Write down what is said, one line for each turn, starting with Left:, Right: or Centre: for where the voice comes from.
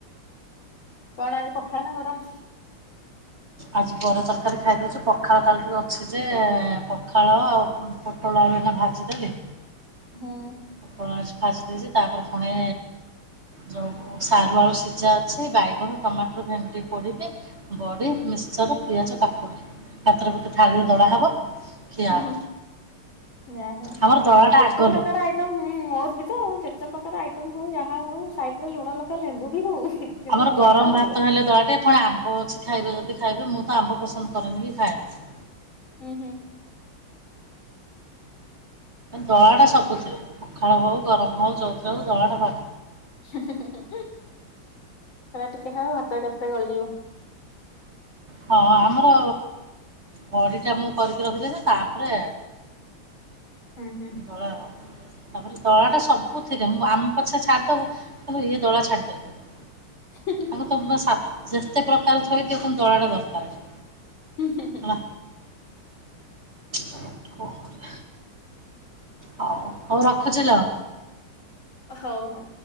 Left: କଣ ଆଜି ପଖାଳ ନା ଗରମ।
Right: ଆଜି ପର ତରକାରୀ ଖାଇଦେଇଛୁ ପଖାଳ କାଳଠିକ ଅଛି ଯେ ପଖାଳ ଆଉ ପୋଟଳ ଆଳୁ ଏଇନା ଭାଜିଦେଲି।
Left: ହୁଁ
Right: ଫାଜି ଦେଇଛି ତାପରେ ପୁଣି ଯଉ ସାରୁ ଆଳୁ ସିଝା ଅଛି ବାଇଗଣ ଟମାଟର ଭେଣ୍ଡି ପୋଡିବେ। ବଡ଼ି, ମିକ୍ସଚର, ପିଆଜ, କାକୁଡ଼ି ପାତ୍ର ଗୋଟେ ଥାଳିରେ ଦଳା ହବ। ଖିଆ
Left: ହୁଁ
Right: ହବ
Left: ହୁଁ ଯା ହଉ
Right: ଆମର ଦଳାଟା
Left: ଯେତେ
Right: ଆଗ
Left: ପ୍ରକାର
Right: ଲୋ
Left: ଆଇ ଟମ୍ ମୋର ବି ତ ଆଉ ଯେତେ ପ୍ରକାର ଆଇଟମ୍ ହଉ ଯାହା ହଉ ସାଇଟରେ ଲୁଣ ଲଙ୍କା ଲେମ୍ବୁ ବି ହଉ। କିନ୍ତୁ
Right: ଆମର ଗରମ
Left: ଦଳା ହବ
Right: ଭାତ ହେଲେ ଦଳାଟେ ପୁଣି ଆମ୍ ମ୍ବ ଅଛି ଖାଇବେ ଯଦି ଖାଇବେ ମୁଁ ତ ଆମ୍ବ ପସନ୍ଦ କରେନି କି ଖାଏନି।
Left: ହୁଁ ହୁଁ।
Right: ଦଳାଅଳା ସବୁଥିରେ ପଖାଳ ହଉ ଗରମ ହଉ ଯଉଥି ହଉ ଦଳାଟା
Left: ହା ହା ହା ସେରା ଟିକେ ହବ ଭାତ ଏକାଥରେ ଗଳିଯିବ।
Right: ହଁ ଆମର ବଡିଟା ମୁଁ କରିକି ରଖିଦେଇଛି ତାପରେ
Left: ହୁଁ ହୁଁ।
Right: ଦଳା ଆଉ। ତାପରେ ଦଳାଟା ସବୁଥିରେ ମୁଁ ଆମ୍ ପଛେ ଛାଡ଼ିଦେବୁ କିନ୍ତୁ ଇଏ ଦଳା ଛାଡ଼ିପାରିବେନି।
Left: <unintelligible>
Right: ମୁଁ ତମ ସାତ୍ ଯେତେ ପ୍ରକାର ଥୁଇଦିଅ କିନ୍ତୁ ଦଳାଟା ଦରକାର।
Left: ହୁଁ ହୁଁ ହୁଁ।
Right: ହେଲା। କଣ କରୁଚ? ହଉ ହଉ ରଖୁଛିଲୋ।
Left: ହଉ ହଉ।